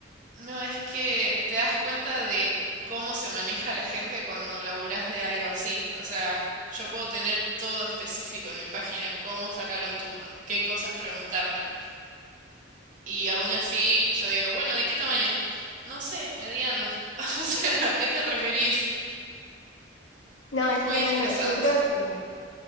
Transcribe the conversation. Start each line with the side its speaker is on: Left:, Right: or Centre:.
Right: No, es que te das cuenta de cómo se maneja la gente cuando laburás de algo así. O sea, yo puedo tener todo específico en mi página, cómo sacar un turno, qué cosas preguntarme. Y aún así yo digo, bueno, ¿de qué tamaño? No sé, mediano. <laughs> O sea, ¿a qué te referís?
Left: No,
Right: Es
Left: es
Right: muy
Left: tremendo.
Right: estresante.
Left: Yo creo que